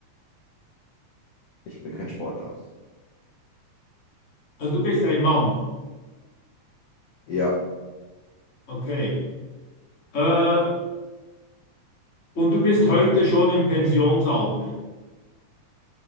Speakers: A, on the left (about 65°); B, on the left (about 30°).
A: Ich bin kein Sportler.
B: Also du bist ein Mann.
A: Ja.
B: Okay. Äh, und du bist heute schon im Pensionsalter.